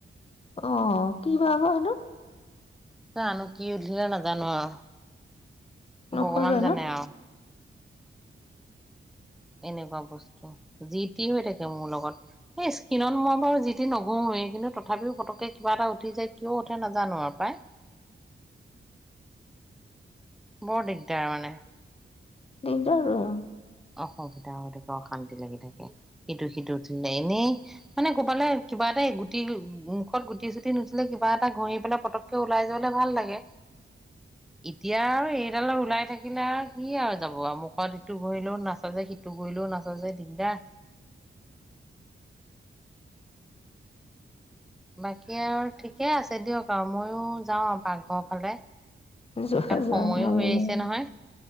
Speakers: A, on the left (about 30°); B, in the centre.
A: অ' কি বা হয় সেইটো
B: জানো কি উঠিলে নাজানো আৰু
A: নোখোজোৱে
B: ভগৱান জানে
A: ন
B: আও এনেকুৱা বস্তু জি টি হৈ থাকে মোৰ লগত। এই স্কিনত মই বাৰু যি টি নঘহুৱেই কিন্তু তথাপিও পতককে কিবা এটা উঠি যায়। কিয় উঠে নাজানো আৰু পাই বৰ দিগদাৰ মানে।
A: দিকদাৰ আও।
B: অখুবিধা হলে অশান্তি লাগি থাকে সিটো সিটো উঠিলে এনেই মানে কবালে কিবা এটা গুটি মুখত গুটি চুটি নুঠিলে কিবা এটা ঘঁহি পেলাই পটককে ওলাই যাবলে ভাল লাগে এতিয়া আৰু এইডালৰ ওলাই থাকিলে আৰু কি আৰু যাব আৰু মুখত সিটো ঘঁহ ও নাচাযে সিটো গলেও নাচাযে দিগদাৰ। বাকী আৰু ঠিকে আছে দিয়ক আৰু মই যাওঁ আৰু পাকঘৰ ফালে। কাৰণ
A: যোৱা যোৱা
B: সময়ো
A: মন
B: হৈ
A: যায়।
B: আহিছে নহয়